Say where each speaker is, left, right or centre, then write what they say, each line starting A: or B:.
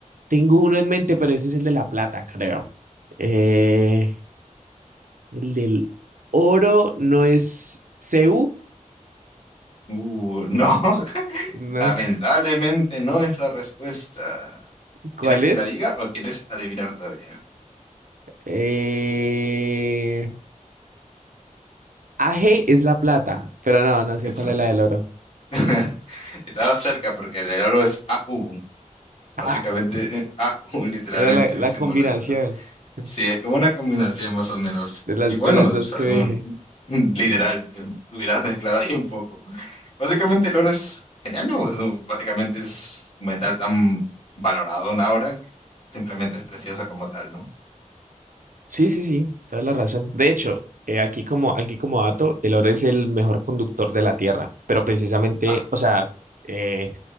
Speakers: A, on the right; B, on the left.
A: tengo uno en mente, pero ese es el de la plata, creo. Eh, el del oro no es CU,
B: Uh, no, <laughs>
A: ¿no?
B: lamentablemente
A: <laughs>
B: no es la respuesta.
A: ¿Cuál
B: ¿Quieres que
A: es?
B: te la diga o quieres adivinar todavía?
A: Eh, A G es la plata, pero no, no sé
B: Eso.
A: cuál es la del oro.
B: <laughs> Estaba cerca porque el del oro es AU. Básicamente,
A: Ah,
B: eh, AU <laughs> literalmente
A: era la, la
B: es el símbolo
A: combinación
B: del oro.
A: <laughs>
B: Sí, es como una combinación más o menos.
A: de las,
B: Y bueno,
A: de las dos
B: sabemos,
A: que dije.
B: <laughs> literal, eh, hubieras mezclado ahí un poco. Básicamente el oro es genial, ¿no? Eso básicamente es un metal tan valorado en ahora que simplemente es precioso como tal, ¿no?
A: Sí, sí, sí, toda la razón. De hecho, eh, aquí como, aquí como dato, el oro es el mejor conductor de la Tierra, pero precisamente,
B: Ah,
A: o sea, eh,